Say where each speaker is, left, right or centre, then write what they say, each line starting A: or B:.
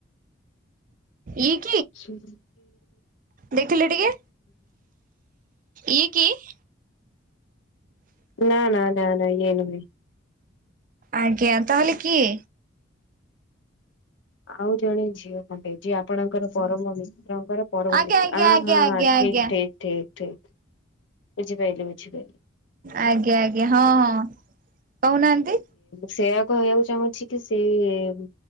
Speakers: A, on the right; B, on the left.
A: ଏ <inaudible>
B: ସୁ <inaudible>
A: ଦେଖିଲେ ଟିକେ। ଇଏ କି <inaudible>
B: ନା ନା ନା ନା ୟେ ନୁହେଁ।
A: ଆଜ୍ଞା। ତାହେଲେ କିଏ?
B: ଆଉ ଜଣେ ଝିଅ ଖଣ୍ଡେ। ଯିଏ ଆପଣଙ୍କର ପରମିତ୍ର। ତାଙ୍କର ପରମ
A: ଆଜ୍ଞା
B: ମିତ୍ର।
A: ଆଜ୍ଞା ଆଜ୍ଞା
B: ହଁ
A: ଆଜ୍ଞା ଆଜ୍ଞା
B: ଠିକ ଠିକ! ଠିକ ଠିକ। ବୁଝିପାରଲିି ବୁଝିପାରଲିି।
A: ଆଜ୍ଞା ଆଜ୍ଞା। ହଁ ହଁ କହୁନାହାନ୍ତି।
B: ସେଆ କହିବାକୁ ଚାହୁଁଛି କି ସେ-